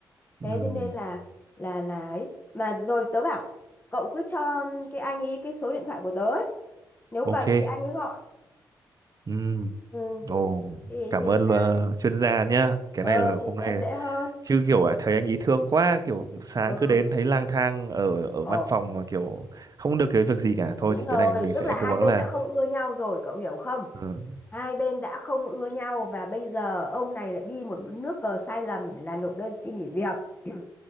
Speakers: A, on the right; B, on the left.
A: Ừm,
B: thế thế nên là là là ấy mà rồi tớ bảo cậu cứ cho cái anh ấy cái số điện thoại của tớ ấy. nếu
A: ok
B: cần thì anh ấy gọi
A: Ừm,
B: ừ.
A: ồ
B: thì
A: cảm
B: thì
A: ơn
B: là
A: ờ, chuyên gia nhá cái
B: ờ
A: này là
B: thì
A: hôm nay
B: sẽ dễ hơn
A: chứ kiểu à, thấy anh ý thương quá kiểu sáng
B: ừ
A: cứ đến thấy lang thang ở ở
B: ờ
A: văn phòng mà kiểu không được cái việc gì cả thôi
B: Đúng
A: thì
B: rồi,
A: cái này mình sẽ
B: tức là hai
A: cố
B: bên
A: gắng là
B: đã không ưa nhau rồi, cậu hiểu không?
A: ừ,
B: Hai bên đã không ưa nhau và bây giờ ông này lại đi một nước cờ sai lầm là nộp đơn xin nghỉ việc. <clears throat>